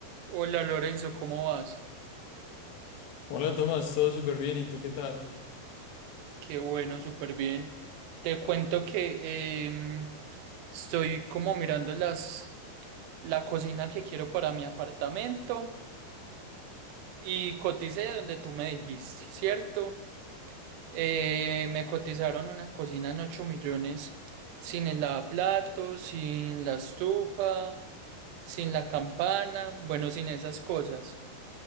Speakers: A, on the right; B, on the left.
A: Hola Lorenzo, ¿cómo vas?
B: Hola Tomás, todo súper bien, ¿y tú qué tal?
A: Qué bueno, súper bien. Te cuento que em, estoy como mirando las, la cocina que quiero para mi apartamento y coticé donde tú me dijiste, ¿cierto? Eh, me cotizaron una cocina en 8 millones sin el lavaplatos, sin la estufa, sin la campana, bueno, sin esas cosas.